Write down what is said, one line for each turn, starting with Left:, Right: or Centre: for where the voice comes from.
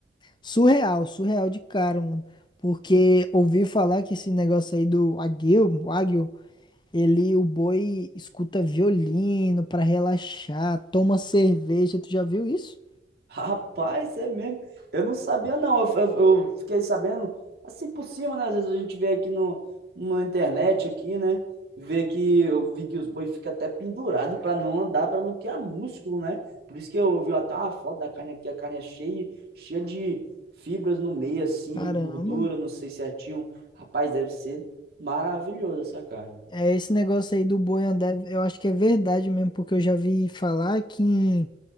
Left: surreal, surreal de caro, mano. Porque ouvi falar que esse negócio aí do aguil, o aguil Ele, o boi escuta violino pra relaxar, toma cerveja, tu já viu isso?
Right: Rapaz, é mesmo. Eu não sabia, não. Eu, eu- eu fiquei sabendo assim por cima, né? Às vezes a gente vê aqui no, na internet aqui, né? Vê que eu vi que os boi ficam até pendurado para não andar, para não criar músculo, né? Por isso que eu, eu vi até uma foto da carne aqui, a carne é cheia, cheia de fibras no meio, assim,
Left: Caramba.
Right: gordura, não sei certinho. Rapaz, deve ser maravilhoso essa carne.
Left: É esse negócio aí do boi andar, eu acho que é verdade mesmo, porque eu já vi falar que em-